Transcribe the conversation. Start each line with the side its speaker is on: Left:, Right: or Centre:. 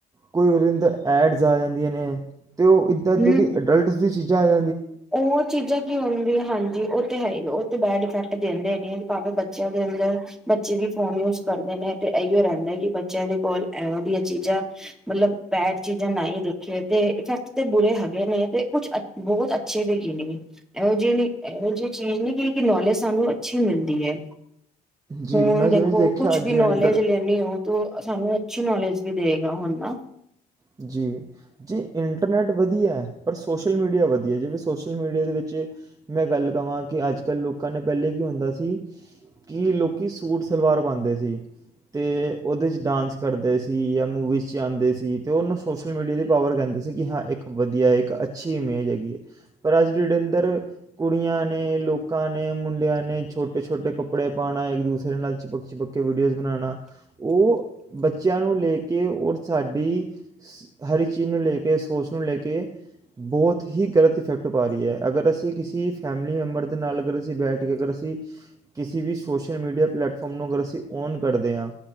Right: ਕੋਈ ਉਹਦੇ ਅੰਦਰ ਐਡਸ ਆ ਜਾਂਦੀਆਂ ਨੇ ਤੇ ਉਹ ਇੱਦਾਂ ਇਧਾਂ
Centre: ਹਮ
Right: ਦੀ ਅਡਲਟ ਦੀ ਚੀਜ਼ ਜਾਇ
Centre: ਉਹ ਚੀਜ਼ਾਂ ਕੀ ਹੁੰਦੀਆਂ। ਹਾਂਜੀ, ਉਹ ਤੇ ਹੈ ਹੀ, ਉਹ ਤੇ ਬੈਡ ਇਫੈਕਟ ਦਿੰਦੇ ਨੇ ਭਾਵੇਂ ਬੱਚਿਆਂ ਦੇ ਅੰਦਰ ਬੱਚੇ ਵੀ ਫੋਨ ਯੂਜ ਕਰਦੇ ਨੇ ਤੇ ਇਹੀਓ ਰਹਿੰਦਾ ਕਿ ਬੱਚਿਆਂ ਦੇ ਕੋਲ ਏ ਵਾਲੀਆਂ ਚੀਜ਼ਾਂ, ਮਤਲਬ ਬੈਡ ਚੀਜ਼ਾਂ ਨਾ ਈ ਦੇਖੇ ਤੇ ਇਫੈਕਟ ਤੇ ਬੁਰੇ ਹੈਗੇ ਨੇ ਤੇ ਕੁਛ ਅੱਛ, ਬਹੁਤ ਅੱਛੇ ਵੀ ਹੈਗੇ ਨੀਗੇ। ਇਹੋ ਜਿਹੇ ਨੇ, ਇਹੋ ਜੀ ਚੀਜ਼ ਨੀ ਕਿ ਨੌਲੇਜ ਸਾਨੂੰ ਅੱਛੀ ਮਿਲਦੀ ਹੈ।
Right: ਜੀ
Centre: ਹੁਣ
Right: ਮੈਂ
Centre: ਦੇਖੋ,
Right: ਜਿਵੇਂ ਦੇਖਿਆ
Centre: ਕੁਛ
Right: ਅੱਜ
Centre: ਵੀ ਨੌਲੇਜ
Right: ਦੇ ਅੰਦਰ
Centre: ਲੈਣੀ ਹੋ ਤੋ ਸਾਨੂੰ ਅੱਛੀ ਨੌਲੇਜ ਵੀ ਦੇਗਾ ਹੁਣ ਨਾ।
Right: ਜੀ, ਜੀ ਇੰਟਰਨੈੱਟ ਵਧੀਆ ਪਰ ਸੋਸ਼ਲ ਮੀਡੀਆ ਵਧੀਆ। ਜਿਵੇਂ ਸੋਸ਼ਲ ਮੀਡੀਆ ਦੇ ਵਿੱਚ ਮੈਂ ਗੱਲ ਕਹਾਂ ਕਿ ਅੱਜ-ਕੱਲ੍ਹ ਲੋਕਾਂ ਨੇ ਪਹਿਲੇ ਕੀ ਹੁੰਦਾ ਸੀ ਕਿ ਲੋਕ ਸੂਟ ਸਲਵਾਰ ਪਾਉਂਦੇ ਸੀ ਅਤੇ ਉਹਦੇ 'ਚ ਡਾਂਸ ਕਰਦੇ ਸੀ ਜਾਂ ਮੂਵੀਜ਼ 'ਚ ਆਉਂਦੇ ਸੀ। ਤੇ ਉਹਨੂੰ ਸੋਸ਼ਲ ਮੀਡੀਆ ਦੀ ਪਾਵਰ ਕਹਿੰਦੇ ਸੀ ਕਿ ਹਾਂ ਇੱਕ ਵਧੀਆ, ਇੱਕ ਅੱਛੀ ਇਮੇਜ ਹੈਗੀ ਹੈ ਪਰ ਅੱਜ ਦੇ ਡੇ ਅੰਦਰ ਕੁੜੀਆਂ ਨੇ, ਲੋਕਾਂ ਨੇ, ਮੁੰਡਿਆਂ ਨੇ, ਛੋਟੇ-ਛੋਟੇ ਕੱਪੜੇ ਪਾਉਣਾ ਇੱਕ ਦੂਸਰੇ ਨਾਲ ਚਿਪਕ-ਚਿਪਕ ਕੇ ਵੀਡੀਓਜ਼ ਬਣਾਉਣਾ ਉਹ, ਬੱਚਿਆਂ ਨੂੰ ਲੇ ਕੇ, ਔਰ ਸਾਡੀ ਹਰ ਇੱਕ ਚੀਜ਼ ਨੂੰ ਲੈ ਕੇ, ਸੋਚ ਨੂੰ ਲੈ ਕੇ, ਬਹੁਤ ਹੀ ਗਲਤ ਇਫੈਕਟ ਪਾ ਰਹੀ ਹੈ। ਅਗਰ ਅਸੀਂ ਕਿਸੀ ਫੈਮਿਲੀ ਮੈਂਬਰ ਦੇ ਨਾਲ ਅਗਰ ਅਸੀਂ ਬੈਠ ਕੇ, ਅਗਰ ਅਸੀਂ ਕਿਸੀ ਵੀ ਸੋਸ਼ਲ ਮੀਡੀਆ ਪਲੇੈਟਫਾਰਮ ਨੂੰ ਅਗਰ ਅਸੀਂ ਔਨ ਕਰਦੇ ਆਂ।